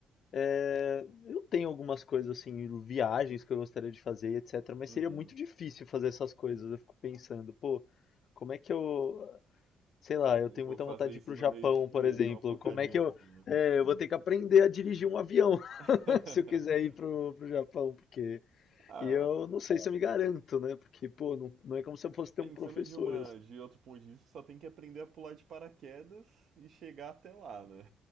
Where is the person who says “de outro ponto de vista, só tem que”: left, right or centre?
Right